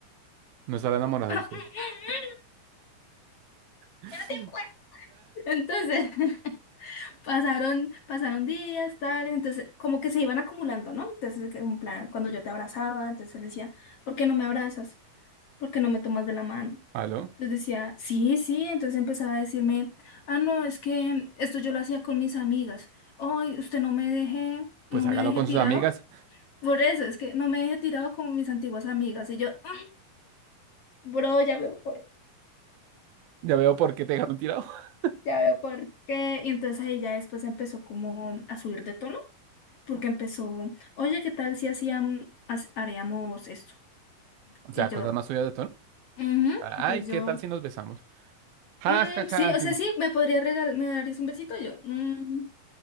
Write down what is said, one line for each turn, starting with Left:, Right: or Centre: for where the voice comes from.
Right: No estará
Left: <laughs>
Right: enamorado
Left: ya
Right: de usted. <laughs>
Left: te cuento. Entonces, <laughs> pasaron, pasaron días, tal, entonces, como que se iban acumulando, ¿no? Entonces, que un plan, cuando yo te abrazaba, entonces él decía, ¿por qué no me abrazas? ¿por qué no me tomas de la mano?
Right: ¿Aló?
Left: Entonces decía, sí, sí, entonces empezaba a decirme, ah, no, es que esto yo lo hacía con mis amigas. Ay, usted no me deje,
Right: Pues
Left: no
Right: hágalo
Left: me deje
Right: con
Left: tirado.
Right: sus amigas.
Left: Por eso, es que no me deje tirado como mis antiguas amigas. Y yo, "Mm, bro, ya veo por,
Right: Ya veo por qué te dejaron tirado. <laughs>
Left: ya veo por qué. Y entonces ahí ya después empezó como a subir de tono, porque empezó, oye, ¿qué tal si hacíamos, haríamos esto?
Right: O
Left: Y
Right: sea,
Left: yo,
Right: cosas más suyas de tono.
Left: "Ujú".
Right: Ay,
Left: Entonces
Right: ¿qué
Left: yo
Right: tal si nos besamos? Ja,
Left: Mm,
Right: ja, ja.
Left: sí, o
Right: sí.
Left: sea, sí, me podría regalar, me darías un besito yo. Mm,